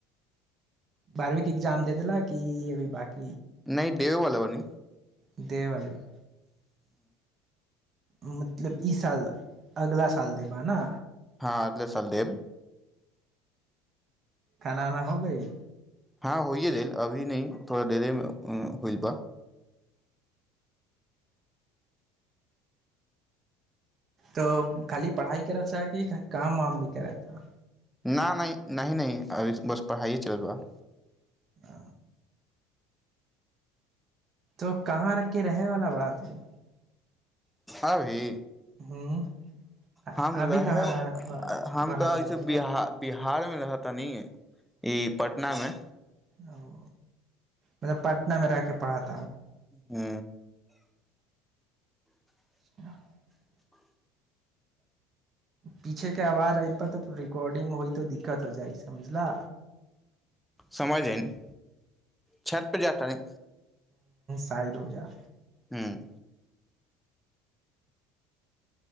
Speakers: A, on the right; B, in the centre.
A: बारवी के एग्जाम दे देल कि अभी बाकी
B: नहि देबेवला बानी
A: देबे वला बा मतलब ई साल अगला साल देबअ ना
B: हँ अगले साल देब
A: खाना उना हो गइल
B: हँ होइए देल अभी नहि थड़ा देरे होइल बा
A: तऽ खाली पढ़ाइ करै छ कि काम वाम भी करै छ
B: न नहि नहि नहि अभि बस पढ़ाइए चलत बा
A: अ तो कहाँ रखके रहे वाला बड़ात मे
B: अभी
A: हूँ अभी
B: हम रहे
A: कहाँ रहत बा
B: हम
A: रहत
B: तऽ
A: बड़ा
B: ऐसे
A: मतलब
B: बिहा बिहारमे रहतनी ई पटनामे
A: अ ओ मतलब पटना मे रहके पढ़त
B: हू
A: <unintelligible> पीछे के आवाज आइतह तऽ रिकाँडिंग होइ तो दिक्कत हो जाइ समझला
B: समझय गेनी छत पर जा तानी
A: सइड हो जा
B: हूँ